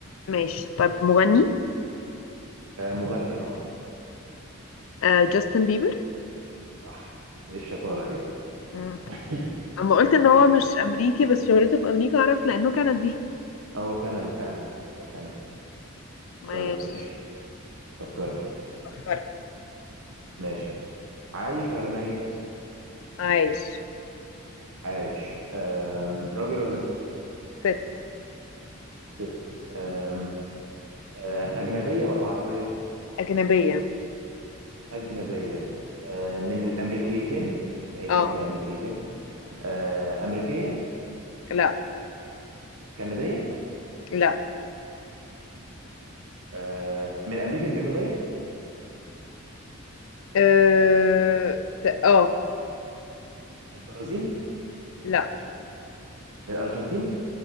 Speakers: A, on the left (about 70°); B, on the right (about 85°).
A: ماشي طب مغني
B: آه مغني اه
A: آه، جاستن بيبر
B: صح ايه الشطارة دي
A: مم.
B: <laughs>
A: أما قلت إن هو
B: ايه ده
A: مش أمريكي بس شهرته في أمريكا عرفت لأنه كندي
B: هو كندي فعلا هو كندي
A: ماشي
B: طيب ماشي فكري
A: فكرت.
B: ماشي عايش ولا ميت
A: عايش
B: عايش آم، راجل ولا ست
A: ست
B: ست آم، آه، أجنبية ولا عربية
A: أجنبية
B: أجنبية آه، من الأمريكيتين في أي
A: اه
B: حاجة من الأمريكيتين آه، أمريكية
A: لا
B: كندية
A: لا
B: آه، من أمريكا الجنوبية
A: اه ت- آه،
B: من البرازيل
A: لا
B: من الأرجنتين